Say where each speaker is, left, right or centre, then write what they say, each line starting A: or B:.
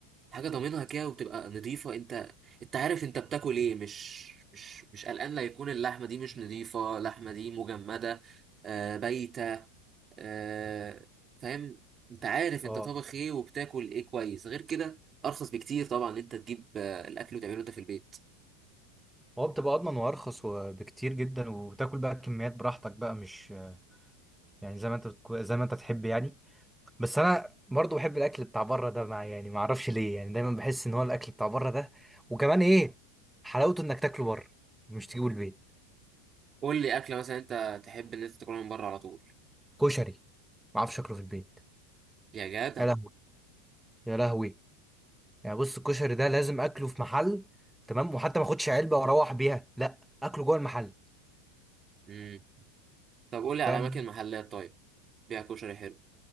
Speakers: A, on the right; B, in the centre.
A: حاجه ضامنها كده وبتبقى نظيفه انت انت عارف انت بتاكل ايه مش مش مش قلقان لا يكون اللحمه دي مش نظيفه اللحمه دي مجمده آه، بايته آه، فاهم انت عارف انت
B: اه
A: طابخ ايه وبتاكل ايه كويس غير كده ارخص بكتير طبعا ان انت تجيب آه، الاكل وتعمله انت في البيت
B: هو بتبقى اضمن وارخص وبكتير جدا وتاكل بقى كميات براحتك بقى مش يعني زي ما انت بتكو- زي ما انت تحب يعني بس انا برضو بحب الاكل بتاع بره ده مع يعني ما اعرفش ليه يعني دايما بحس ان هو الاكل بتاع بره ده وكمان ايه حلاوته انك تاكله بره مش تجيبه البيت
A: قول لي اكله مثلا انت تحب ان انت تاكلها من بره على طول
B: كشري ما اعرفش اكله في البيت
A: يا جدع
B: يا لهوي يا لهوي يعني بص الكشري ده لازم اكله في محل تمام وحتى ما اخدش علبه واروح بيها لا اكله جوه المحل
A: امم طب قول لي
B: فاهم
A: على اماكن محلات طيب بيع كشري حلو